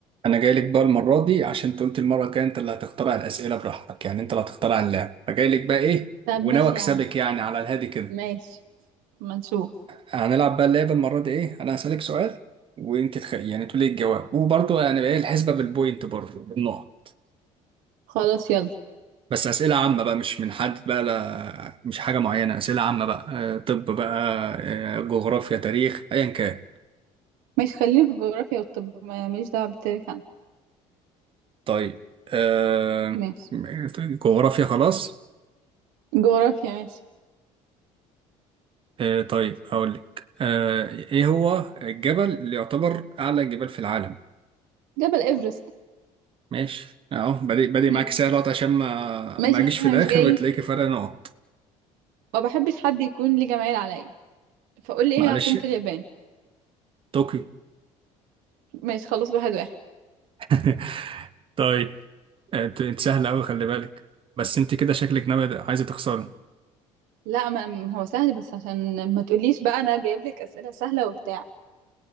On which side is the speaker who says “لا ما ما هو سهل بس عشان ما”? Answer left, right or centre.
Right